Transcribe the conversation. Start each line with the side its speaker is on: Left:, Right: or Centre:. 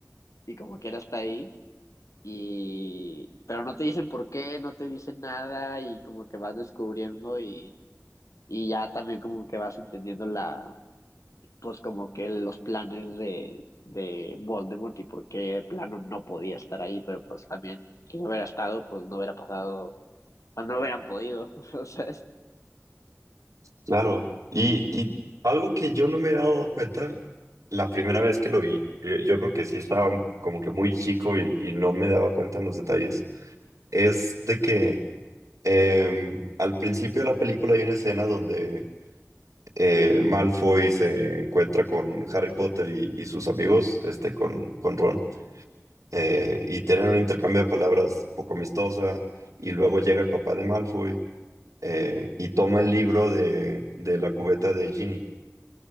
Left: y como quiera está ahí y pero no te dicen por qué, no te dicen nada y como que vas descubriendo y, y ya también como que vas entendiendo la, pues como que los planes de, de Voldemort y por qué el plano no podía estar ahí, pero pues también si no hubiera estado, pues no hubiera pasado, o no hubieran podido, <laughs> o sea, es,
Right: Claro, y, y algo que yo no me había dado cuenta la primera vez que lo vi, yo, yo creo que sí estaba como que muy chico y, y no me daba cuenta en los detalles, es de que em, al principio de la película hay una escena donde eh, Malfoy se encuentra con Harry Potter y, y sus amigos, este, con, con Ron, eh, y tienen un intercambio de palabras poco amistosa, y luego llega el papá de Malfoy eh, y toma el libro de, de la cubeta de Ginny.